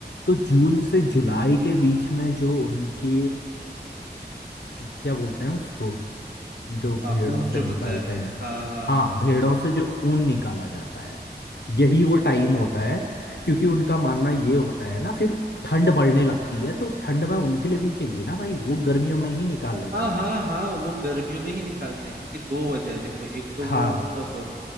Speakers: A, on the left; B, on the right.
A: तो जून से जुलाई के बीच में जो उनके क्या बोलते हैं उसको जो
B: हाँ
A: भेड़ों
B: ऊन
A: से
B: जो
A: निकालते
B: होता है
A: हैं
B: हाँ हाँ
A: हाँ
B: हाँ
A: भेड़ों
B: ऊन
A: से जो ऊन निकाला जाता है यही वो टाइम
B: हाँ
A: होता है क्योंकि उनका मानना ये होता है ना फिर ठंड बढ़ने लगती है तो ठंड में उनके लिए भी चाहिए ना भाई वो गर्मियों में ही निकाल लेते
B: हाँ
A: हैं
B: हाँ
A: ये
B: हाँ वो गर्मियों में ही निकालते हैं क्योंकि दो वजह है देखो एक तो
A: हाँ
B: वो मतलब